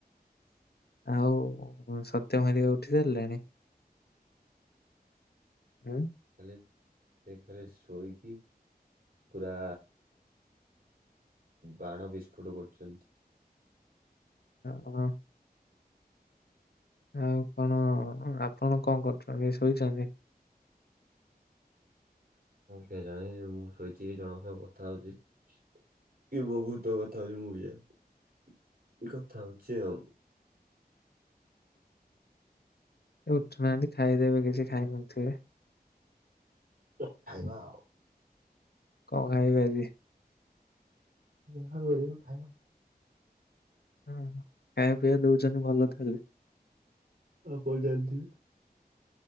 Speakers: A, on the left; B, on the right.
A: ଆଉ ସତ୍ୟ ଭାରିକା ଉଠି ସାରିଲାଣି ଉ ।
B: ତାଲେ ସେ ଖାଲି ସୋଇକି ପୁରା ବାଣ ବିସ୍ଫୋଟ କରୁଛନ୍ତି ।
A: ଓ ହ। ଆଉ କଣ ଆପଣ କଣ କରୁଛନ୍ତି ଶୋଇଛନ୍ତି?
B: କେଜାଣ ମୁଁ ଶୋଇଛି ଜଣଙ୍କ ସହିତ କଥା ହଉଛି । ଏ ବ ଭୂତ ଗଥା। <unintelligible> <inaudible> ଏ କଥା ହଉଛି ଆଉ।
A: ଉଠୁନାହାନ୍ତି ଖାଇଦେବେ କିଛି ଖାଇ ନଥିବେ ।
B: ଖାଇବା ଆଉ ।
A: କଣ ଖାଇବେ ଆଜି।
B: ଖାଇ। <unintelligible>
A: ହୁଁ ଖାଇବାକୁ ପିଇକୁ ଦଉଛନ୍ତି ଭଲ ତାହେଲେ ।
B: ଆ ଜଲତି ।